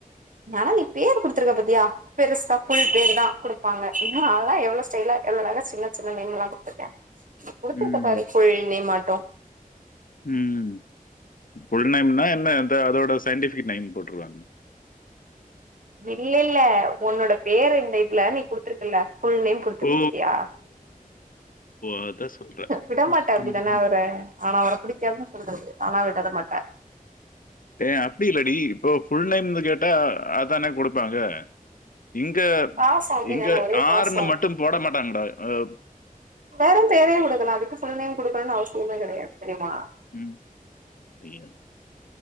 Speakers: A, on the right (about 60°); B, on the left (about 70°).
A: நானா நீ பேர் குடுத்துருக்க பத்தியா பெருசா ஃபுல் பேர் தா கொடுபாங்க ன்னா அதலா எவ்ளோ ஸ்டைலா எவ்ளோ சின்ன சின் நேம்லா குடுத்துருக்கே குடுத்திருக்க
B: ம்
A: பாரு கொள் நே மாட்டோ
B: ம் ஃபுல் நேம்னா என்ன அத அதோட சயின்டிஃபிக் நேம் போட்டுருவ
A: இல்ல இல்ல உன்னோட பேர இந்த இதுல நீ குடுத்துருக்குல ஃபுல் நேம் குடுத்துருக்க
B: ஓ
A: பத்தியா
B: அதான் சொல்றேன்
A: விட மாட்டே அப்டிதானே
B: ம்.
A: அவற ஆனா அவர பிடிக்காதுன்னு சொல்றது ஆனா அவர விட மாட்டே
B: ஏ அப்டி இல்லடி இப்போ ஃபுல் நேம்னு கேட்டா அதானே குடுப்பாங்க இங்க
A: பாசோ அப்டிதான
B: இங்க
A: ஒரே
B: யாருன்னு
A: பாசோ
B: மட்டு போட மாட்டாங்கடா அத
A: வேற தேவையா குடுக்கலா அதுக்கு ஃபுல் நேம் குடுக்கலானு அவசியம்லா கெடையாது தெரியுங்ளா
B: ம் ஐயோ